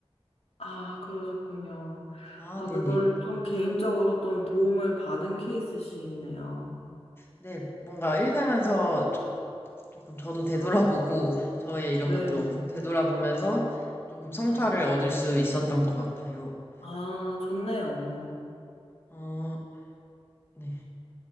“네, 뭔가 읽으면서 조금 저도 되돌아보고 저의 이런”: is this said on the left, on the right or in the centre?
Left